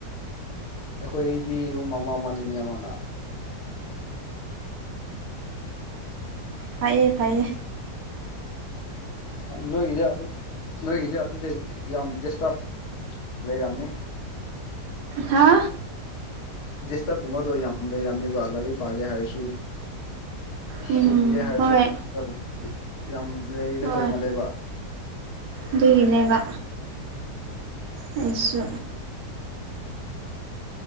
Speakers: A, on the left; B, on the right.
A: ꯑꯩꯈꯣꯏꯗꯤ ꯔꯨꯝ ꯑꯃ ꯑꯃꯅꯦ ꯃꯤ ꯑꯃꯅ
B: ꯐꯌꯦ ꯐꯌꯦ
A: ꯅꯣꯏꯒꯤꯗꯤ ꯑꯗꯨ ꯅꯣꯏꯒꯤꯗꯤ ꯑꯗꯨꯗꯤ ꯌꯥꯝ ꯗꯤꯁꯇ꯭ꯔꯥꯕ ꯂꯩꯔꯝꯅꯤ
B: ꯍꯥ
A: ꯗꯤꯁꯇ꯭ꯔꯕ ꯀꯨꯝꯕꯗꯣ ꯌꯥꯝ ꯂꯩꯔꯝꯅꯤꯕ ꯂꯥꯏꯔꯤꯛ ꯄꯥꯒꯦ ꯍꯥꯏꯔꯁꯨ
B: ꯎꯝ
A: ꯇꯨꯝꯒꯦ ꯍꯥꯏꯔꯁꯨ
B: ꯍꯣꯏ
A: <unintelligible> ꯌꯥꯝ ꯂꯦ
B: ꯍꯣꯏ
A: ꯇꯧꯃꯜꯂꯦꯕ
B: ꯑꯗꯨꯒꯤꯅꯦꯕ ꯑꯩꯁꯨ